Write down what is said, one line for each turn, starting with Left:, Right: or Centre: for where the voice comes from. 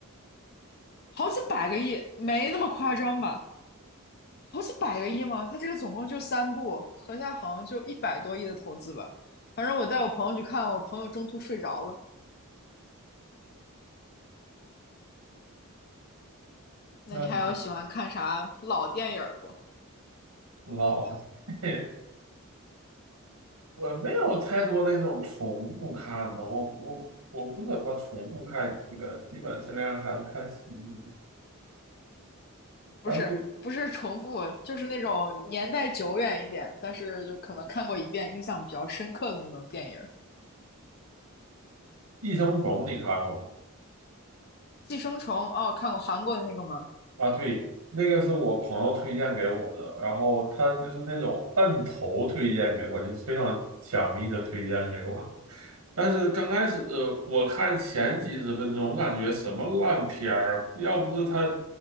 Left: 好几百个亿，没那么夸张吧？好几百个亿吗？他这个总共就三部，合下好像就一百多亿的投资吧。反正我带我朋友去看，我朋友中途睡着了。那你还有喜欢看啥老电影不？
Right: 那老 <laughs>。我没有太多的那种重复看的，我我我不怎么重复看这个，基本尽量还是看喜剧。
Left: 不是不是重复，
Right: 但是
Left: 就是那种年代久远一点，但是就可能看过一遍，印象比较深刻的那种电影
Right: 《寄生虫》你看过吗？
Left: 寄生虫，哦，看过韩国的那个吗？
Right: 啊，对，那个是我朋友推荐给我的，然后他就是那种摁头推荐给我，就是非常强力的推荐给我。但是刚开始，呃我看前几十分钟，我感觉什么烂片儿啊要不是他